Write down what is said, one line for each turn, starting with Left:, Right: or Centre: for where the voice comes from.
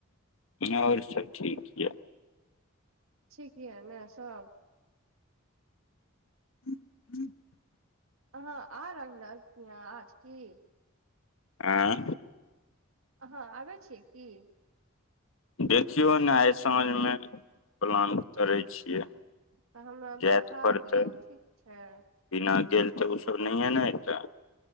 Left: आओर सब ठीक य।
Right: ठीक य ने सब?
Left: <unintelligible>
Right: अहाँ आ रहल छिय आज की?
Left: आँ
Right: हाँ आबै छी की?
Left: देखियौ ने आइ साँझमे प्लान करै छियै।
Right: तऽ हमरा
Left: जायत
Right: बता
Left: पड़तै
Right: दियौ
Left: बिना
Right: ठीक छै
Left: गेल तऽ उ सब नहि न अबिता।